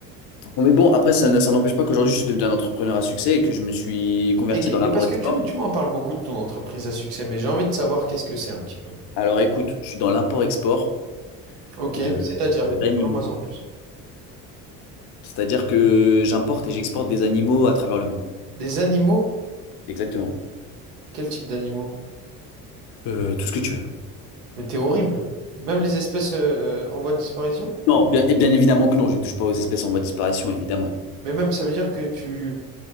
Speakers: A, on the left (about 60°); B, on the right (about 80°).
A: Bon, mais bon, après, ça, n- ça n'empêche pas qu'aujourd'hui, je suis devenu un entrepreneur à succès et que je me suis converti
B: Et, que-
A: dans
B: et
A: l'import-export.
B: parce que tu, tu m'en parles beaucoup de ton entreprise à succès, mais j'ai envie de savoir qu'est-ce que c'est un petit peu.
A: Alors, écoute, je suis dans l'import-export
B: Ok,
A: de,
B: c'est-à-dire,
A: euh,
B: p-
A: d'animaux.
B: parle-moi en plus.
A: C'est-à-dire que j'importe et j'exporte des animaux à travers le monde.
B: Des animaux?
A: Exactement.
B: Quel type d'animaux?
A: Euh, tout ce que tu veux.
B: Mais t'es horrible. Même les espèces euh, en voie de disparition?
A: Non, bien, et bien évidemment que non, je ne touche pas aux espèces en voie de disparition, évidemment.
B: Mais même, ça veut dire que tu